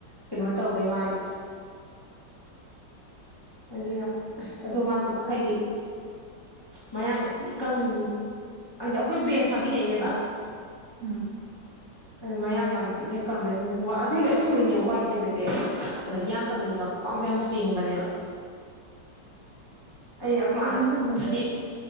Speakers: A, on the left (about 20°); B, on the right (about 65°).
A: ꯀꯩꯅꯣ ꯇꯧꯕꯩ ꯋꯥꯅꯤ ꯑꯗꯨꯅ ꯑꯁ ꯑꯗꯣ ꯃꯥꯗꯣ ꯍꯥꯏꯗꯤ ꯃꯌꯥꯤ ꯏꯀꯪ ꯍꯥꯏꯗꯤ ꯑꯩꯈꯣꯏ ꯕꯦꯟꯁ ꯐꯝꯃꯤꯟꯅꯩꯅꯦꯕ
B: ꯎꯝ
A: <inaudible> ꯑꯗꯨ ꯃꯌꯥꯡꯗ ꯌꯥꯝ ꯊꯤꯛꯅ ꯀꯪꯉꯦ ꯑꯁꯕꯩ ꯑꯁꯦꯡꯕꯩꯅꯦ ꯋꯥꯏ ꯇꯦꯕꯁꯦꯣꯏ ꯏꯌꯥꯡ ꯀꯪꯕꯅꯤꯃꯛ ꯈ꯭ꯋꯥꯡꯁꯦ ꯌꯥꯝ ꯆꯦꯡꯕꯅꯦꯕ ꯑꯩ ꯑꯩꯈꯣꯏ
B: ꯆꯃꯨ
A: ꯃꯥꯅ
B: ꯆꯦꯟꯔꯦ
A: ꯐꯅꯦꯛ